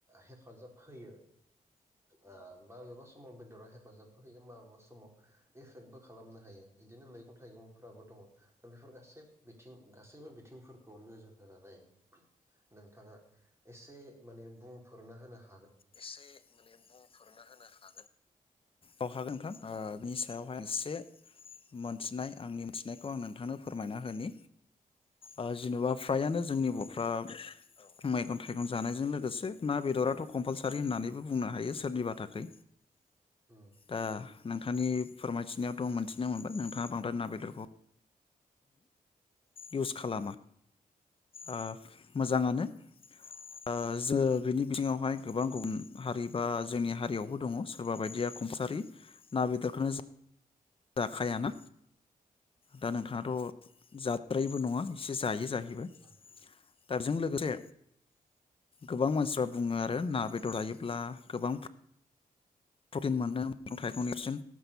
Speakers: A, on the right; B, on the left.
A: हेफाजाब होयो ओ माबेबा समाव बेद'रा हेफाजाबबो होयो माबेबा समाव एफेक्टबो खालामनो हायो इदिनो मैगं थाइगंफ्राबो दङ दा बेफोर गासै बिथिं गासैबो बिथिंफोरखौ नोजोर होनानै नोंथाङा एसे माने बुंफोरना होनो हा
B: एसे माने बुंफोरना होनो हा औ हागोन नोंथां ओ बिनि सायावहाय एसे मोनथिनाय आंनि मिथिनायखौ आं नोंथांनो फोरमायना होनि ओ जेन'बा फ्रायानो जोंनि
A: औ
B: बफ्रा औ मैगं थाइगं जानायजों लोगोसे ना बेदराथ' कम्पालसारि होननानैबो बुंनो हायो सोरनिबा थाखै।
A: उम
B: दा
A: उम
B: नोंथांनि फोरमायथिनायाव दं मोनथिनो मोनबाय नोंथाङा बांद्राय ना बेदरखो इउस खालामा ओ मोजाङानो ओ जो बिनि बिथिङावहाय गोबां गुबुं हारि बा जोंनि हारियावबो दङ सोरबा बायदिया कमसारि ना बेदरखोनो जा जाखायाना दा नोंथाङाथ' जाद्रायिबो नङा एसे जायो जाहै बिबाद
A: ओ
B: दारजों लोग गोसे गोबां मानसिफ्रा बुङो आर रो ना बेदर आयोब्ला गोबां प्रटिन मोनो गं थाइगंनिसिम